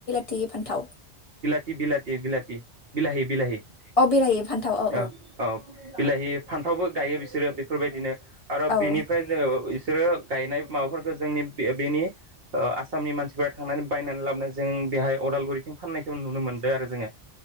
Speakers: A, on the left; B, on the right.
A: बे फान्थाव
B: थि बिलाथि बिलाथि बिलाहि बिलाहि
A: अ बिलाहि फान्थाव औ
B: अ औ बिलाहि फान्थावबो गायो बिसोरो बेफोरबायदिनो आरो
A: औ
B: बिनिफ्राय जोङो बिसोरो गायनाय माबाफोरखौ जोंनि बेनि ओ आसामनि मानसिफोरा थांनानै बायनानै लाबनो जों बेहाय अदालगुरि थिं फाननायखौ नुनो मोन्दों आरो जोङो